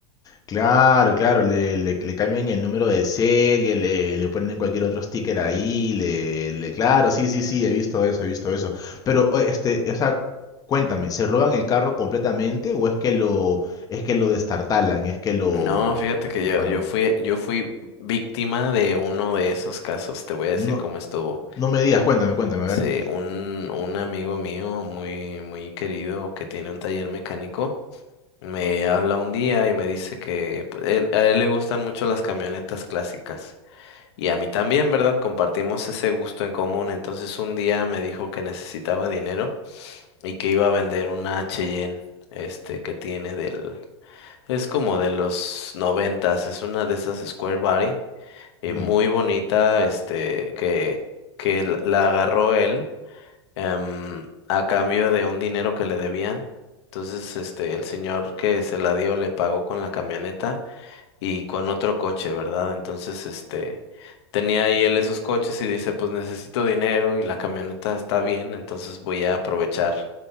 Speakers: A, on the left; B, on the left.
A: Claro, claro, le, le- le cambian el número de serie, le, le ponen cualquier otro sticker ahí, le, le- claro, sí, sí, sí, he visto eso, he visto eso. Pero, o- este, o sea, cuéntame, ¿se roban el carro completamente o es que lo, es que lo destartalan, es que lo...
B: No, fíjate que
A: lo
B: yo,
A: paran?
B: yo fui, yo fui víctima de uno de esos casos, te voy a decir
A: No,
B: cómo estuvo.
A: no me digas, cuéntame, cuéntame, a
B: Sí,
A: ver.
B: un, un amigo mío muy, muy querido que tiene un taller mecánico me habla un día y me dice que pues, él- a él le gustan mucho las camionetas clásicas y a mí también, ¿verdad? Compartimos ese gusto en común. Entonces un día me dijo que necesitaba dinero y que iba a vender una Cheyenne, este, que tiene del es como de los noventas, es una de esas Square Body, y
A: Ujú,
B: muy bonita, este, que, que la la agarró él em, a cambio de un dinero que le debían. Entonces, este, el señor que se la dio le pagó con la camioneta y con otro coche, ¿verdad? Entonces, este, tenía ahí él esos coches y dice, pues necesito dinero y la camioneta está bien, entonces voy a aprovechar